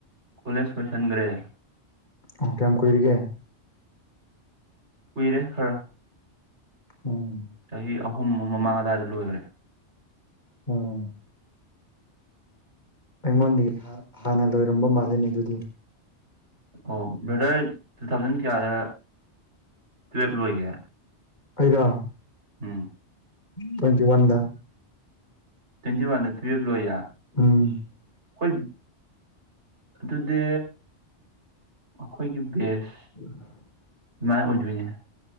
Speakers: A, on the right; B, on the left.
A: ꯀꯣꯂꯦꯖ ꯂꯣꯏꯁꯟꯒꯔꯦ
B: ꯑꯣ ꯀꯌꯥꯝ ꯀꯨꯏꯔꯒꯦ
A: ꯀꯨꯏꯔꯦ ꯈꯔ
B: ꯎꯝ
A: ꯆꯍꯤ ꯑꯍꯨꯝ ꯃꯃꯥꯡ ꯑꯗꯨꯋꯥꯏꯗ ꯂꯣꯏꯈ꯭ꯔꯦ
B: ꯎꯝ ꯑꯩꯉꯣꯟꯗꯤ ꯍꯥꯟꯅ ꯂꯣꯏꯔꯝꯕ ꯃꯥꯜꯂꯦꯅꯦ ꯑꯗꯨꯗꯤ
A: ꯑꯣ ꯕ꯭ꯔꯗꯔ ꯇꯨ ꯊꯥꯎꯖꯟ ꯀꯌꯥꯗ ꯇꯨꯋꯦꯜꯞ ꯂꯣꯏꯒꯦ
B: ꯑꯩꯔꯣ
A: ꯎꯝ
B: ꯇ꯭ꯋꯦꯟꯇꯤ ꯋꯥꯟꯗ
A: ꯇ꯭ꯋꯦꯟꯇꯤ ꯋꯥꯟꯗ ꯇꯨꯌꯦꯜꯞ ꯂꯣꯏꯌꯦꯦ
B: ꯑꯝ
A: ꯑꯩꯈꯣꯏ ꯑꯗꯨꯗꯤ ꯑꯩꯈꯣꯏꯒꯤ ꯕꯦꯁ
B: ꯎꯝ
A: ꯃꯥꯃꯥꯏ ꯎꯖꯣꯏꯦ